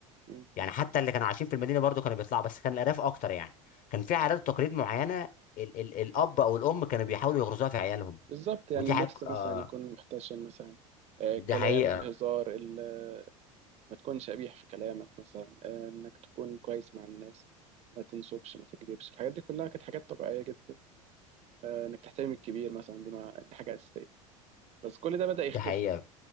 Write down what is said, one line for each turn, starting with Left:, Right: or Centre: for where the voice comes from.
Right: مم.
Left: يعني حتى اللي كانوا عايشين في المدينه برضو كانوا بيطلعوا بس كان الارياف اكتر يعني كان في عادات وتقاليد معينه ال ال الاب او الام كانوا بيحاولوا يغرزوها في عيالهم
Right: بالظبط يعني
Left: ودي
Right: اللبس
Left: حق
Right: مثلا
Left: آه
Right: يكون محتشم مثلا آه،
Left: دي
Right: الكلام
Left: حقيقه
Right: والهزار ال- ما تكونش قبيح في كلامك مثلا آه، إنك تكون كويس مع الناس ما تنصبش ما تكذبش الحاجات دي كلها كانت حاجات طبيعية جدا آه، إنك تحترم الكبير مثلا دي, ما دي حاجة أساسية بس كل ده بدأ يختفي
Left: دي حقيقه